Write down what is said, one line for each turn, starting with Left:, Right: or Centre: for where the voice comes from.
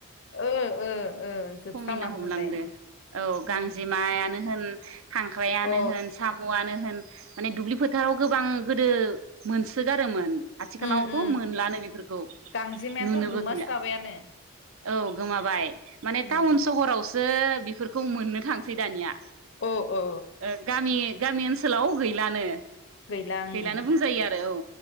Left: ओ ओ ओ जोबस्रांलांजोबबाय
Right: खमैनो हमलांदो औ गांजेमायानो
Left: उम
Right: होन खांख्रायानो
Left: अ
Right: होन साम'आनो होन माने दुब्लि फोथाराव गोबां गोदो मोनसोगारोमोन आथिखालावथ'
Left: उम उम
Right: मोनलानो बेफोरखौ
Left: गांजेमायाथ'
Right: नुनोबो
Left: गोमास्राबायानो
Right: गैला औ गोमाबाय माने
Left: उम
Right: टाउन सहराव सो बेफोरखौ मोननो थां सै दानिया
Left: औ औ
Right: ओ गामि गामि ओनसोलाव गैलानो
Left: गैला ओं
Right: गैलानो बुंजायो आरो औ